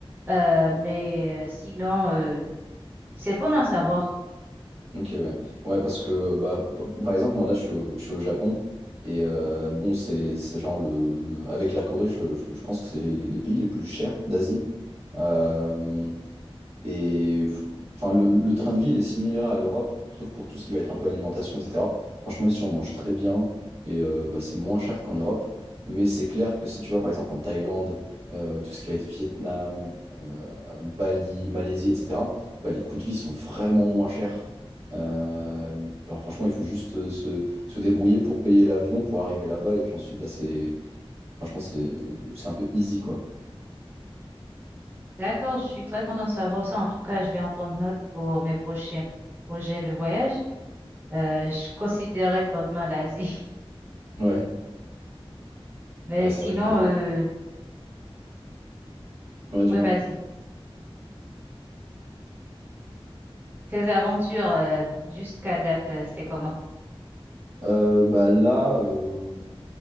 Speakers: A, on the right (about 20°); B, on the right (about 85°).
A: Euh, mais euh, sinon, euh, c'est bon à savoir.
B: Ok, ouais. Ouais, parce que, bah, p- par exemple, moi, là, je suis au, je suis au Japon. Et euh, bon, c'est c'est genre le, le- Avec la Corée, je, je- je pense que c'est les, les- les pays les plus chers d'Asie. Euh, et f- enfin, le, le train de vie, il est similaire à l'Europe, sauf pour tout ce qui va être un peu alimentation, etc. Franchement, ici, on mange très bien et euh, bah, c'est moins cher qu'en Europe. Mais c'est clair que si tu vas par exemple en Thaïlande, euh, tout ce qui va être Vietnam, euh, Bali, Malaisie, etc., bah, les coûts de vie sont vraiment moins chers. Euh, genre, franchement, il faut juste euh, se, se débrouiller pour payer l'avion, pour arriver là-bas. Et puis ensuite, bah, c'est, franchement, c'est, c'est un peu easy, quoi.
A: D'accord, je suis très contente de savoir ça. En tout cas, je vais en prendre note pour mes prochains p- projets de voyage. Euh, je considérais grandement l'Asie.
B: Ouais,
A: <laughs> Mais
B: ouais, c'est
A: sinon,
B: vrai que le...
A: euh,
B: Ouais, dis-moi.
A: oui, vas-y. Tes aventures euh, jusqu'à date, euh, c'est comment?
B: Euh, bah là, euh,